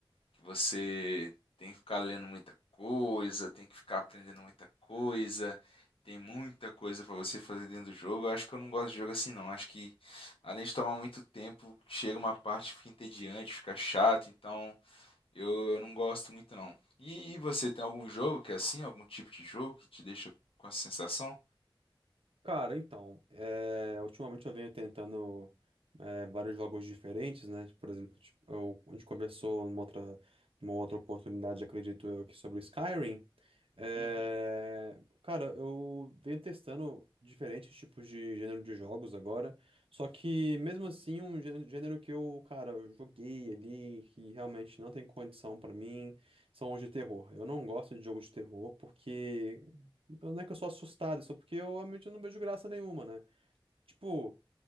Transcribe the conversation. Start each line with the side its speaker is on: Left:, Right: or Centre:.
Left: que você tem que ficar lendo muita coisa, tem que ficar aprendendo muita coisa, tem muita coisa pra você fazer dentro do jogo. Eu acho que eu não gosto de jogo assim não. Acho que além de tomar muito tempo, chega uma parte que fica entediante, fica chato, então eu, eu não gosto muito não. E, e você tem algum jogo que é assim, algum tipo de jogo que te deixa com essa sensação?
Right: Cara, então, é, ultimamente eu venho tentando é, vários jogos diferentes, né? Por exemplo, tipo, eu- a gente conversou numa outra, numa outra oportunidade, acredito eu, aqui sobre o Skyrim. É,
Left: Uhum.
Right: cara, eu venho testando diferentes tipos de gênero de jogos agora, só que mesmo assim, um gê- gênero que eu, cara, eu joguei ali, que realmente não tem condição pra mim, são os de terror. Eu não gosto de jogos de terror porque. Eu- Não é que eu sou assustado, só porque eu realmente não vejo graça nenhuma, né? Tipo,